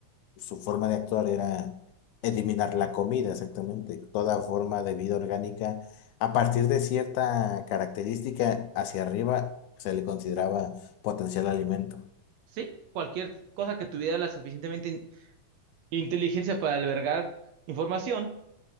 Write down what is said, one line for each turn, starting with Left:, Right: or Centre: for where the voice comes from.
Left: su forma de actuar era eliminar la comida, exactamente, toda forma de vida orgánica. A partir de cierta característica hacia arriba se le consideraba potencial alimento.
Right: Sí, cualquier cosa que tuviera la suficientemente in- inteligencia para albergar información